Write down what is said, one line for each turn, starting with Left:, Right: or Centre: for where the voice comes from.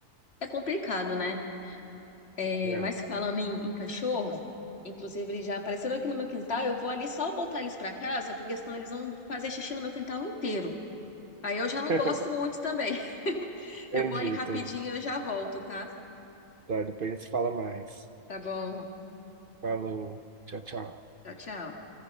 Left: é complicado, né? É,
Right: É.
Left: mas falando em, em cachorro, inclusive eles já apareceram aqui no meu quintal. Eu vou ali só botar eles para casa, porque senão eles vão fazer xixi no meu quintal inteiro. Aí eu já não
Right: <laughs>
Left: gosto muito também. <laughs> Eu
Right: Entendi,
Left: vou ali rapidinho
Right: entendi.
Left: e eu já volto, tá?
Right: Tá, depois a gente se fala mais.
Left: Tá bom.
Right: Falou, tchau, tchau.
Left: Tchau, tchau.